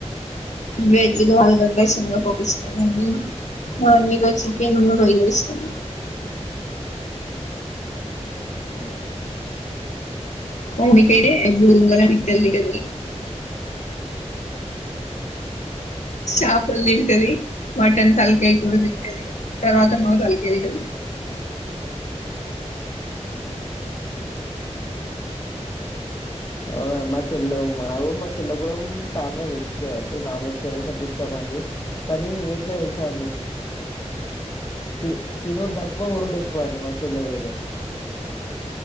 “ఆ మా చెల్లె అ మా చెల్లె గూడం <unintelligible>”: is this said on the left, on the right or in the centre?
Left